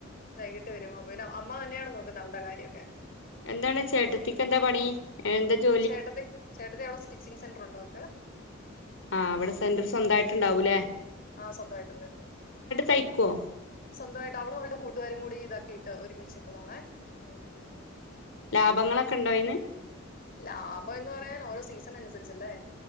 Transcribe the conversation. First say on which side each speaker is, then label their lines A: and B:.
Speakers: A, on the left; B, on the left.
A: വൈകിട്ട് വരുമോ പിന്നെ ആപ് അമ്മ തന്നെയാണ് നോക്കുന്നെ അവൾടെ കാര്യൊക്കെ
B: എന്താണ് ചേട്ടത്തിക്ക് എന്താ പണി എന്താ ജോ
A: ചേട്ടത്തി ചേട്ട ത്തി എവിടെ സ്റ്റിച്ചിങ് സെന്റർറുണ്ട് അവൾ ക്ക്
B: ആ അവിടെ സെന്റർ സ്വന്തമായിട്ട് ഇണ്ടാവൂല്ലേ
A: ആ സ്വന്തമായിട്ടുണ്ട്
B: തയ്ക്കുവോ
A: സ്വന്തമായിട്ട് അവളും അവളുടെ കൂട്ടുകാരും കൂടി ഇതാ കീട്ട് ഒരുമിച്ചിട്ടതാണേ ഉം
B: ലാഭങ്ങളൊക്കെ ഉണ്ടോ അയിന്
A: ലാഭം എന്ന് പറയാൻ ഓരോ സീസണല്ലേ സല്ലേ